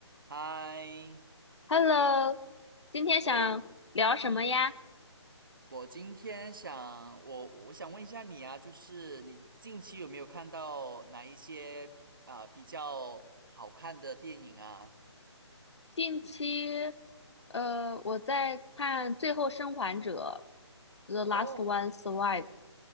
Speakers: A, on the right; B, on the left.
A: 嗨，
B: Hello，今天想聊什么呀？
A: 诶，嗯，我今天想，我我想问一下你啊，就是你近期有没有看到哪一些啊、比较好看的电影啊？
B: 近期，呃，我在看《最后生还者》（The
A: 哦
B: Last One Survive），